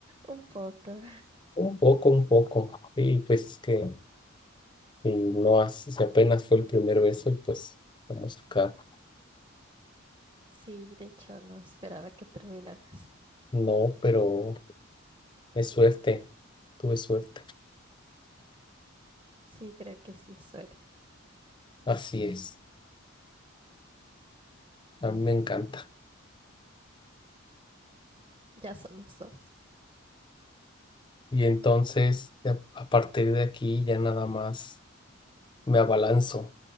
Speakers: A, on the right; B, on the left.
A: Un poco.
B: Un poco, un poco. Y pues es que Y no hace, si apenas fue el primer beso y pues estamos acá.
A: Sí, de hecho no esperaba que terminara así.
B: No, pero es suerte, tuve suerte.
A: Sí, creo que sí es suerte.
B: Así es, a mí me encanta.
A: Ya somos dos.
B: Y entonces, a a partir de aquí ya nada más me abalanzo.